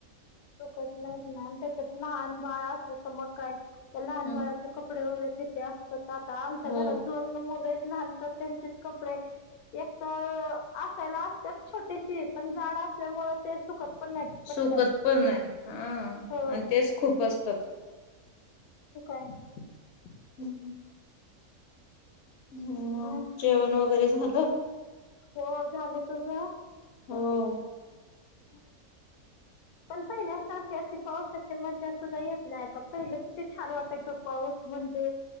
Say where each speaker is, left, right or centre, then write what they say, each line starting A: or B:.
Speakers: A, on the left; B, on the left.
A: तोकच नाहीत नाही त्याच्यात लहान बाळ असलं तर मग काय लहान
B: हम्म
A: बाणाचे कपडे वगैरे किे असतात आता आमच्या
B: हो
A: घरात दोन मुलं आहेत लानतात त्यांचेच कपडे एक तर असायला असत छोटीशी पण झाड असल्यामुळे ते सुखद पण मॅ पटकन
B: सुकत पण नाही ह
A: हो
B: आणि तेच खूप असतात
A: ह
B: हम् हम् ह
A: हम्म.
B: जेवण वगैरे झालं
A: हो झालं तुझ
B: हो
A: हम् पण पहिल्यासारखे असे पावसा चममचस् असत जाई आपल्या आई पहिलं किथ छान वाटाय तो पाऊस म्हणजे